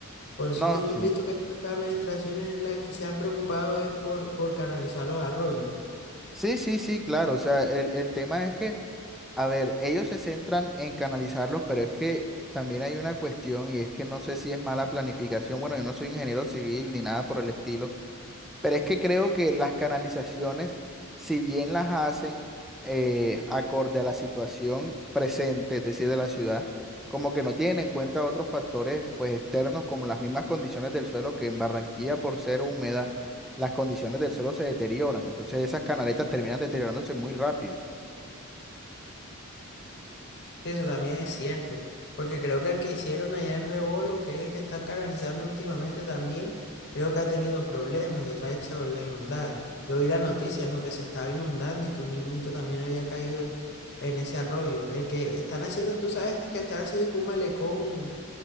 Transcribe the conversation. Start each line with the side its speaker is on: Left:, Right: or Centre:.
Left: Por eso
Centre: No,
Left: tú
Centre: sí.
Left: has visto que todas estas administraciones la que se han preocupado es por, por canalizar los arroyos.
Centre: Sí, sí, sí, claro. O sea, el, el tema es que, a ver, ellos se centran en canalizarlos, pero es que también hay una cuestión y es que no sé si es mala planificación. Bueno, yo no soy ingeniero civil ni nada por el estilo Pero es que creo que las canalizaciones, si bien las hacen eh, acorde a la situación presente, es decir, de la ciudad, como que no tienen en cuenta otros factores pues externos como las mismas condiciones del suelo, que en Barranquilla por ser húmeda, las condiciones del suelo se deterioran. Entonces esas canaletas terminan deteriorándose muy rápido.
Left: Eso también es cierto, porque creo que el que hicieron allá en Rebolo, que es el que están canalizando últimamente también, creo que ha tenido problemas y otra vez se volvió a inundar. Yo vi la noticia, ¿no? Que se estaba inundando y que un niñito también había caído en, en ese arroyo. El que están haciendo, tú sabes que están haciendo como un malecón